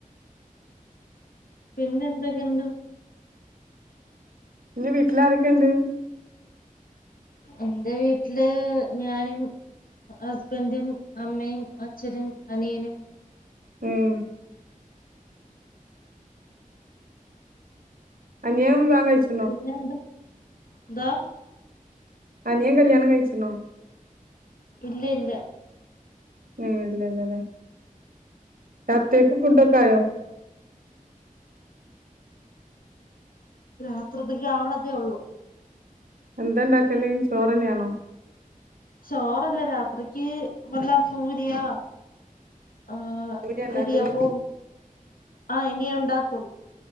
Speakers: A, on the left (about 80°); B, on the right (about 80°).
A: പിന്നെന്തൊക്കെണ്ട്
B: നിന്റെ വീട്ടിലാരൊക്കെണ്ട്
A: എന്റെ വീട്ടില് ഞാനും ഹസ്ബന്റും അമ്മയും അച്ഛനും അനിയനും
B: ഉം അനിയൻ വിവാഹം കഴിച്ച്
A: പിന്നെ എന്താ എന്താ
B: അനിയൻ കല്യാണം കഴിച്ച്ണോ
A: ഇല്ല ഇല്ല
B: ഉം ഇല്ലല്ലല്ലേ രാത്രികക്ക് ഫുഡൊക്കെ ആയോ
A: രാത്രിത്തേക്ക് ആവ്ണതേ ഒള്ളൂ
B: എന്തണ്ടാക്കല് ചോറെന്നേണോ
A: ചോറല്ല രാത്രിക്ക് വല്ല പൂരിയാ ആഹ്
B: പൂരിയാ ഇണ്ടാക്കല്
A: ഇടിയപ്പവും ആഹ് ഇനിയുക്കൊള്ളൂ